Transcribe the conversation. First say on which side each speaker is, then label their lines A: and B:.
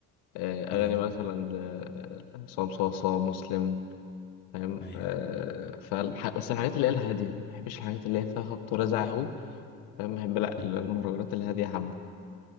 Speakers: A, on the left; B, on the left.
A: آه، أغاني
B: ايوه
A: مثلا لعصام صاصا مسلم فاهم
B: ايوه
A: آه فالح... بس الحاجات اللي هي الهادية ما بحبش الحاجات اللي هي فيها خبط ورزع قوي فاهم بحب لا
B: م.
A: المهرجانات الهادية حبة